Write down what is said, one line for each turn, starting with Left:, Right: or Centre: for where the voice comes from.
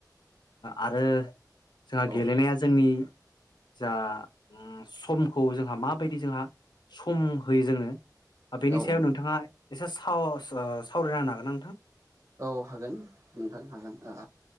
Left: आरो जोंहा
Right: औ
Left: गेलेनाया जोंनि जा उम समखौ जोंहा माबायदि जोंहा सम होयो जोंनो बेनि
Right: औ
Left: सायाव
Right: औ
Left: नोंथाङा एसे सा ओ सावरायना होनो हागोन ना नोंथां!
Right: औ हागोन नोंथां हागोन ओ